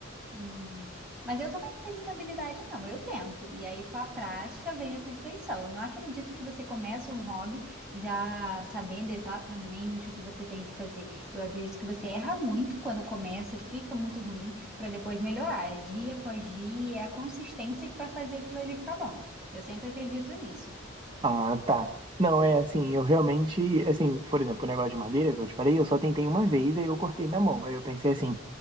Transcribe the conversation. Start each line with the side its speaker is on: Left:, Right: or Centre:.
Centre: Hum. Mas eu também não tenho muita habilidade, não. Eu tento. E aí, com a prática, vem a perfeição. Eu não acredito que você começa um hobby já sabendo exatamente o que você tem que fazer. Eu acredito que você erra muito quando começa, fica muito ruim, para depois melhorar. É dia após dia, é a consistência que vai fazer aquilo ali ficar bom. Eu sempre acredito nisso.
Right: Ah, tá. Não, é assim, eu realmente, assim, por exemplo, o negócio de madeira que eu te falei, eu só tentei uma vez, aí eu cortei minha mão. Aí eu pensei assim,